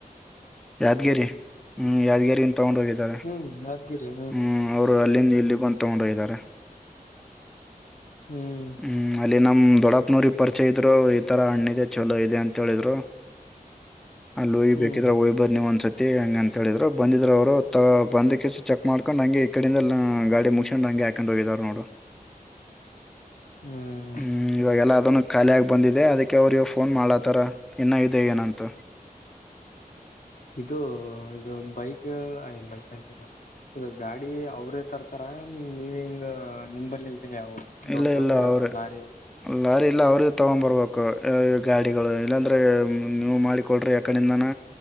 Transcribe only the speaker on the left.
ಹ್ಮ್ ಯಾದಗಿರಿ
ಹ್ಮ್
ಹ್ಮ್
ಹ್ಮ್
ಇದು ಇದು ಬೈಕ್ ಬೈಕ್ ಅಂತ ಇದು ಗಾಡಿ ಅವ್ರೇ ತರ್ತಾರ ನೀವ ಹಿಂಗ ನಿಮ್ಮಲ್ಲೇ. ತೊಡ್
ತೊಟ್ರ
ಲಾರಿಯ.